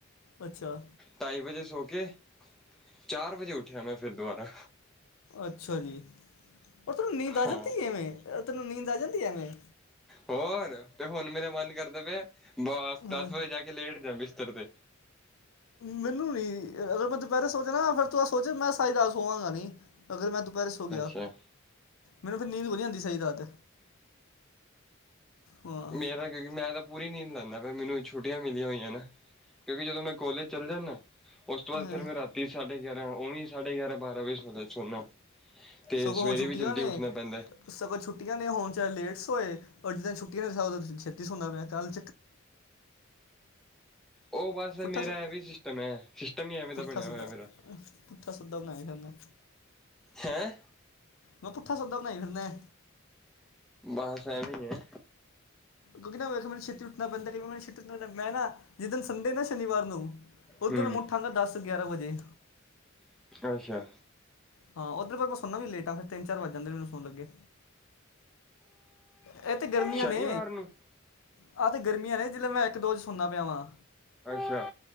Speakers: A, on the left; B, in the centre.
A: ਅੱਛਾ
B: ਢਾਈ ਵਜੇ ਸੌ ਕੇ, ਚਾਰ ਵਜੇ ਉੱਠਿਆ ਮੈਂ ਫਿਰ ਦੁਬਾਰਾ।
A: ਅੱਛਾ ਜੀ, ਔਰ ਤੈਨੂੰ ਨੀਂਦ ਆ
B: ਹਾਂ
A: ਜਾਂਦੀ ਹੈ ਐਵੇਂ! ਤੈਨੂੰ ਨੀਂਦ ਆ ਜਾਂਦੀ ਹੈ ਐਵੇਂ!
B: ਹੋਰ,, ਤੇ ਹੁਣ ਮੇਰਾ ਮਨ ਕਰਦਾ ਪਇਆ ਬਸ
A: ਹਾਂ
B: ਦਸ ਵਜੇ ਜਾ ਕੇ। ਲੇਟ ਜਾ ਬਿਸਤਰ ਤੇ।
A: ਮੈਨੂੰ ਨੀ, ਅਗਰ ਮੈਂ ਦੁਪਹਿਰੇ ਸੌ ਜਾਣਾ। ਫਿਰ ਤੂੰ ਸੌ ਮੈਂ ਸਾਰੀ ਰਾਤ ਸੌਵਾਂਗਾ ਨੀ। ਅਗਰ ਮੈਂ ਦੁਪਹਿਰ ਸੌ ਗਿਆ।
B: ਅੱਛਾ
A: ਮੈਨੂੰ ਫਿਰ ਨੀਂਦ ਨਹੀ ਆਉਂਦੀ ਸਾਰੀ ਰਾਤ। ਹਾਂ
B: ਮੇਰਾ! ਕਿਉਂਕਿ ਮੈਂ ਤਾਂ ਪੂਰੀ ਨੀਂਦ ਲੈਂਦਾ ਪਇਆ। ਮੈਨੂੰ ਛੁੱਟੀਆਂ ਮਿਲੀਆਂ ਹੋਈਆਂ ਨਾ, ਕਿਉਂਕਿ ਜਦੋਂ ਮੈਂ ਕੋਲੇਜ ਚੱਲ ਜਾਂਦਾ। ਉਸ ਤੋਂ ਬਾਅਦ
A: ਹਾਂ
B: ਫ਼ਿਰ ਮੈਂ ਰਾਤੀ ਸਾਢੇ ਗਿਆਰਾਂ, ਉਂਵੇ ਸਾਢੇ ਗਿਆਰਾਂ ਬਾਰਾਂ ਵਜੇ ਸਉਣਾ। ਤੇ
A: ਸਗੋਂ
B: ਸਵੇਰੇ
A: ਹੁਣ ਛੁੱਟੀਆਂ
B: ਵੀ ਜਲਦੀ
A: ਨੇ
B: ਉੱਠਣਾ ਪੈਂਦਾ।
A: ਸਗੋਂ, ਛੁੱਟੀਆਂ ਨੇ ਹੁਣ ਚਾਹੇ ਲੇਟ ਸੋਏ। ਪਰ ਜਿਸ ਦਿਨ ਛੁੱਟੀ ਨਹੀਂ ਹੁੰਦੀ ਉਸ ਛੇਤੀ ਸੌਂਦਾ ਪਿਆ ਕੱਲ,,
B: ਉਹ ਬਸ
A: ਪੁੱਠਾ
B: ਮੇਰਾ
A: ਸੁੱ
B: ਐਵੇਂ ਸਿਸਟਮ ਐ ਸਿਸਟਮ ਹੀ ਐਵੇਂ
A: ਪੁੱਠਾ
B: ਦਾ ਬਣਿਆ
A: ਸੁੱਦਾ
B: ਹੋਇਆ ਮੇਰਾ
A: ਪੁੱਠਾ ਸੁੱਦਾ ਬਣਾਇ ਫਿਰੈਂ <inaudible>
B: ਹੈਂ
A: ਮੈਂ ਪੁਠਾ ਸੋਡ ਬਣਾਈ ਫਿਰ ਨਾ
B: ਬਸ ਐ ਵੀੀ ਹੈ
A: ਕਿਉਂਿ ਨਾ ਮੇਖ ਮੇਨ ਛੱ ਉੱਣਾ ਪੈਂਦਾ ਕਿ ਮਨ ਛੱ ਉੱਠਣਾ ਪੈਂ ਮੈਂ ਨਾ ਜਿਸ ਦਿਨ ਸੰਡੇ ਨਾ ਸ਼ਨੀਵਾਰ ਨੂੰ ਉਹਦੇ
B: ਹੂੰ
A: ਮ ਮੁ ਉੱਠਾਂਗਾ ਦਸ ਗਿਆਰਾਂ ਵਜੇ
B: ਅੱਛਾ
A: ਹਾਂ ਉੱਧਰ ਮੈਂ ਸੋਨਾ ਵੀ ਲੇਟ ਆ ਫਿਰ ਤਿੰਨ ਚਾਰ ਵਜ ਜਾਂਦੇ ਮੈਨੂੰ ਸੋਣ ਲੱਗੇ ਇਹ ਤੇ ਗਰਮੀਆਂ
B: ਸ਼ਨੀਵਾਰ
A: ਨੇ
B: ਨੂੰ
A: ਆਹ ਤੇ ਗਰਮੀਆਂ ਨੇ ਜਿਲੇ ਮੈਂ ਇੱਕ ਦੋ ਚ ਸੋਨਾ ਪਿਆ ਵਾਂ
B: ਅੱਛਾ